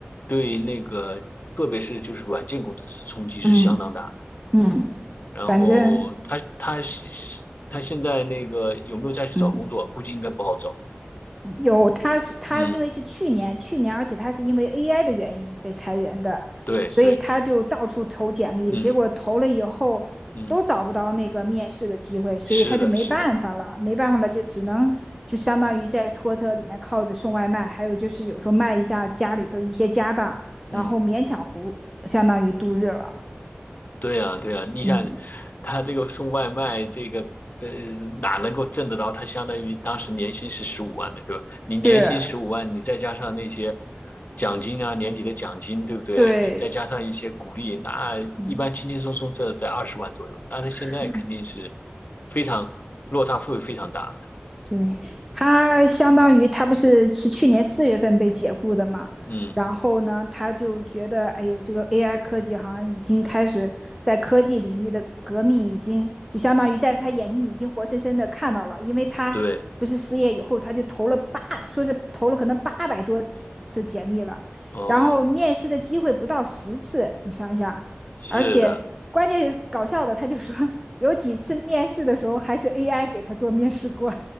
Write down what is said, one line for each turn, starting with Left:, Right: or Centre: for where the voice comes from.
Left: 对那个，特别是就是软件工程师冲击是相当大的。
Centre: 嗯嗯，
Left: 然后他他是他现在那个有没有再去找工作？
Centre: 反正嗯
Left: 估计应该不好找。
Centre: 有，他是他，
Left: 嗯，
Centre: 因为是去年，去年，而且他是因为 AI 的原因被裁员的，
Left: 对对，
Centre: 所以他就到处投简历，
Left: 嗯
Centre: 结果投了以后都找不到那个面试的机会，
Left: 嗯，
Centre: 所以他就没办法了，
Left: 是的，是的，
Centre: 没办法了，就只能就相当于在拖车里面靠着送外卖，还有就是有时候卖一下家里的一些家当，然后勉强糊，
Left: 嗯。
Centre: 相当于度日了。
Left: 对呀，对呀，你想，
Centre: 嗯，
Left: 他这个送外卖，这个呃，哪能够挣得到？他相当于当时年薪是十五万的，对吧？你年薪十五万，
Centre: 是，
Left: 你再加上那些奖金啊，年底的奖金，对不对？
Centre: 对，
Left: 你再加上一些鼓励，那一般轻轻松松这在二十万左右。
Centre: 嗯，
Left: 那他现在肯定是
Centre: 是。
Left: 非常落差会非常大的。
Centre: 对，他相当于他不是是去年四月份被解雇的嘛，
Left: 嗯，
Centre: 然后呢，他就觉得，哎呦，这个 AI 科技好像已经开始在科技领域的革命，已经就相当于在他眼睛已经活生生的看到了，因为他不是失业以后，
Left: 对，
Centre: 他就投了八，说是投了可能八百多次简历了，
Left: 哦，
Centre: 然后面试的机会不到十次，你想一想，
Left: 是的，
Centre: 而且关键是搞笑的，他就说有几次面试的时候还是 AI 给他做面试官。